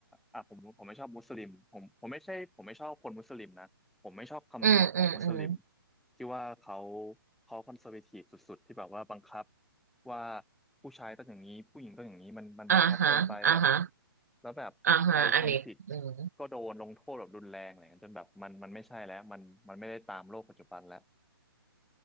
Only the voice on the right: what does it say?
อืมอืมอืม
อ่าฮะอ่าฮะ
อ่าฮะอันนี้อืม